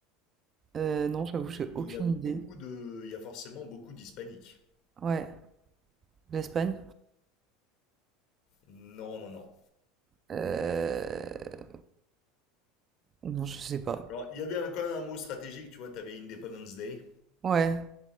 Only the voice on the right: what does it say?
Euh, non, j'avoue, j'ai
aucune
idée.
Ouais, l'Espagne?
Euh... Non, je sais pas.
Ouais.